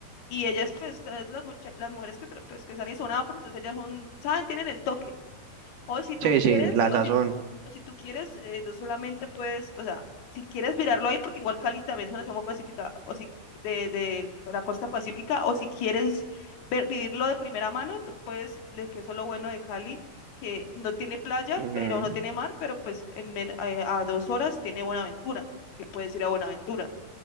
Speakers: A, on the left (about 85°); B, on the right (about 80°).
A: Y ellas, pues, todas las, mucha- las mujeres que, tra- pues, que salen son afro, entonces ellas son, saben, tienen el toque. O si tú
B: Sí,
A: quieres,
B: sí, la
A: o
B: sazón.
A: si, o si tú quieres, eh, tú solamente puedes, o sea, si quieres mirarlo ahí, porque igual Cali también es una ciudad muy pacífica, o si de, de la costa pacífica, o si quieres ver, vivirlo de primera mano, tú puedes, le- que eso es lo bueno de Cali, que no tiene playa,
B: Ujú,
A: pero no tiene mar, pero pues en men- eh, a dos horas tiene Buenaventura, que puedes ir a Buenaventura.